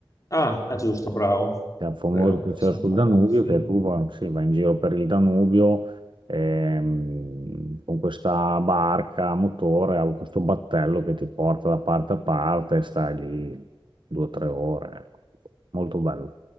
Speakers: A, on the left; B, on the right.
A: Ah, è giusto, bravo.
B: C'è il famoso
A: Vero,
B: crociera
A: ci siamo
B: sul
A: fatti
B: Danubio
A: anche il film.
B: che tu va, sì, vai in giro per il Danubio ehm, con questa barca a motore, ha questo battello che ti porta da parte a parte e stai lì due o tre ore. ecco. Molto bello.